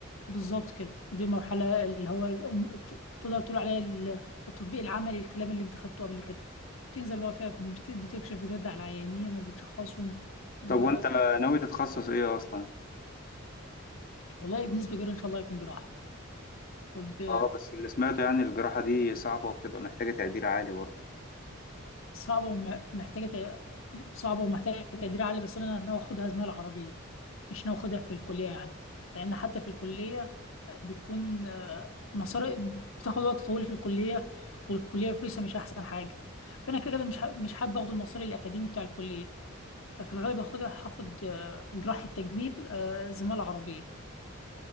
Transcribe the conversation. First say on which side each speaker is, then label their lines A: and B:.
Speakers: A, on the left; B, on the left.
A: بالظبط كده دي المرحلة اللي هو ال- تقدر تقول عليها ال- التطبيق العملي الكلام اللي انت خدته قبل كده تنزل بقى فيها بت- بتكشف بجد على العيانين وبتشخصهم و...
B: طب وانت ناوي تتخصص ايه اصلا
A: والله بنسبة كبيرة إن شاء الله يكون جراحة وب...
B: اه بس اللي سمعته يعني الجراحة دي صعبة وبتبقى محتاجة تقدير عالي برضه
A: صعبة ومحتاجة تع- صعبة ومحتاجة تقدير عالي بس أنا ناوي أخدها زمالة عربية مش ناوي أخدها في الكلية يعني لأن حتى في الكلية بيكون آه، مصاري بتاخد وقت طويل في الكلية والكلية فلوسها مش أحسن حاجة فأنا كده كده مش ح- مش حابة أخد المصاري الأكاديمي بتاع الكلية ففي الغالب هاخدها هاخد آه، جراحة تجميل آه، زمالة عربية